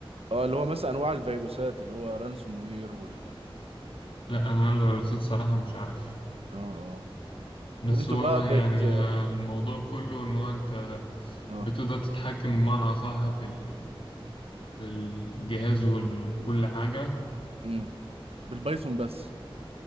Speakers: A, on the right (about 80°); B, on the left (about 65°).
A: اه اللي هو مثلا انواع الفيروسات اللي هو رانسوم وير وال اه
B: لا انا الرصيد صراحه مش عارف
A: اه
B: بس
A: وانتوا
B: هو
A: بقى
B: يعني
A: بت
B: آه، الموضوع كله ان هو انت
A: اه
B: بتقدر تتحكم بمعنى اصح في ال... في الجهاز وكل حاجه
A: امم بالبايثون بس